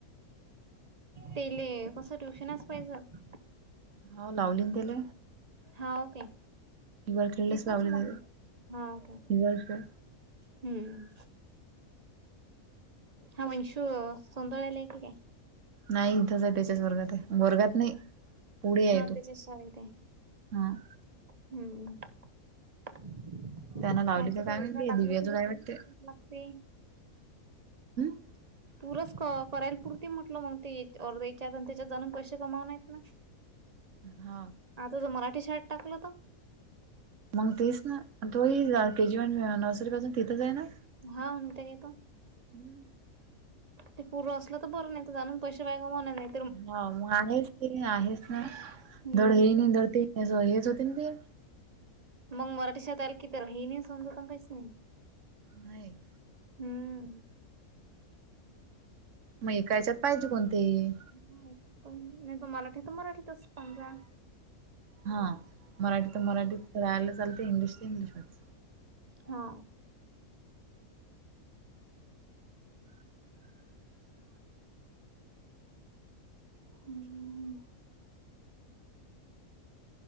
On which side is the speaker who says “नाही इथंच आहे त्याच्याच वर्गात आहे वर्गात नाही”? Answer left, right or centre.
Right